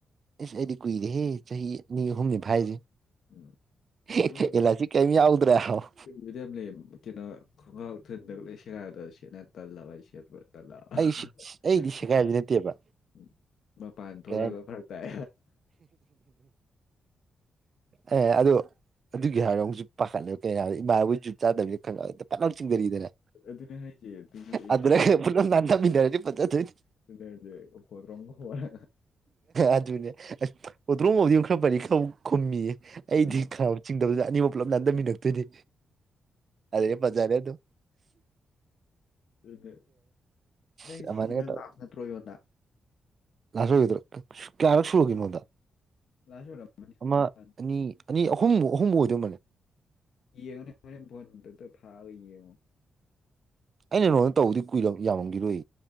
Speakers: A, on the right (about 40°); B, on the left (about 75°).
A: ꯏꯁ ꯑꯩꯗꯤ ꯀꯨꯏꯔꯦ ꯍꯦ ꯆꯍꯤ ꯑꯅꯤ ꯑꯍꯨꯝꯅꯤ ꯐꯥꯏꯁꯦ
B: ꯎꯝ
A: ꯑꯦꯂꯥꯁꯇꯤꯛ
B: ꯑꯩꯅ
A: ꯀꯩꯝ ꯌꯥꯎꯗ꯭ꯔꯦ ꯍꯥꯏꯕ
B: ꯀꯩꯅꯣꯗ ꯌꯥꯝ ꯂꯩꯌꯦ ꯀꯩꯅꯣ ꯈꯣꯡꯒ꯭ꯔꯥꯎ ꯊꯨꯗꯒ ꯂꯣꯏ ꯁꯦꯒꯥꯏꯕꯗꯣ ꯁꯦꯠꯅ ꯇꯜꯂꯕ ꯑꯩ ꯁꯦ ꯇꯂꯛꯑ
A: ꯑꯩ ꯑꯩꯗꯤ
B: <unintelligible>
A: ꯁꯦꯒꯥꯏꯕꯗꯤ ꯅꯠꯇꯦꯕ
B: ꯃꯄꯥꯟ ꯊꯣꯂꯛꯒ
A: ꯀꯩ ꯍꯥꯏꯅꯤ
B: ꯐꯔꯛ ꯇꯥꯏ
A: ꯑꯦ ꯑꯗꯨ ꯑꯗꯨꯒꯤ ꯍꯥꯏꯔꯣ ꯍꯧꯖꯤꯛ ꯄꯥꯈꯠꯂꯦ ꯀꯩ ꯍꯥꯏ ꯏꯃꯥꯟꯅꯕꯣꯏ ꯖꯨꯠ ꯆꯥꯗꯕꯅꯤꯅ ꯈꯧꯡꯒꯥꯎ ꯄꯥꯛꯂꯥꯎ ꯆꯤꯡꯊꯔꯛꯏꯗꯅ
B: ꯑꯗꯨꯅꯦ ꯍꯥꯏꯁꯦ ꯑꯗꯨꯒꯤ ꯑꯩ
A: ꯑꯗꯨꯔꯩ
B: ꯄꯥꯈꯠꯂꯦ
A: ꯄꯨꯠ ꯂꯥꯎ ꯅꯥꯟꯊꯥꯃꯤꯟꯅꯔꯗꯤ ꯐꯖꯗꯣꯏꯅꯤ
B: ꯑꯗꯨꯅꯦ ꯍꯥꯏꯁꯦ ꯍꯣꯠꯇ꯭ꯔꯣꯡꯒ ꯍꯣꯠꯂ
A: ꯑꯗꯨꯅꯦ ꯑꯁ ꯍꯣꯇ꯭ꯔꯣꯡ ꯍꯣꯕꯗꯤ ꯈꯔ ꯐꯔꯤ ꯈꯕꯨ ꯈꯨꯝꯃꯤꯌꯦ ꯑꯩꯗꯤ
B: ꯎꯝ
A: ꯈꯧ ꯆꯤꯡꯗꯕꯗ ꯑꯅꯤꯃꯛ ꯄꯨꯂꯞ ꯅꯟꯗꯃꯤꯟꯅ ꯇꯣꯏꯅꯤ ꯑꯗꯨꯗꯩ ꯐꯖꯔꯦ ꯑꯗꯨꯝ
B: ꯑꯗꯨ ꯅꯪ
A: ꯑꯗꯨꯃꯥꯏꯅꯒ
B: ꯁꯤꯁꯤꯅ
A: ꯇꯧꯔꯦ
B: ꯂꯥꯁ ꯅꯠꯇ꯭ꯔꯣ ꯌꯣꯅ
A: ꯗꯨꯒꯤꯗꯣ ꯀꯌꯥꯔꯛ ꯁꯨꯔꯒ ꯅꯣꯟꯗ
B: ꯂꯥꯁ ꯑꯣꯏꯔꯝꯃꯅꯤ
A: ꯑꯃ
B: ꯃꯥꯅꯤ
A: ꯑꯅꯤ ꯑꯅꯤ ꯑꯍꯨꯝꯨꯛ ꯑꯍꯨꯝꯃꯨ ꯑꯣꯏꯗꯧꯃꯜꯅꯦ
B: ꯌꯦꯡꯉꯨꯅꯦ ꯍꯣꯔꯦꯟ ꯕꯣꯟ ꯗꯛ ꯗꯛ ꯊꯔ ꯌꯦꯡꯉꯣ
A: ꯑꯩꯅ ꯅꯣꯡꯅ ꯇꯧꯕꯗꯤ ꯀꯨꯏꯔ ꯌꯥꯃꯝꯒꯤꯔꯣꯏ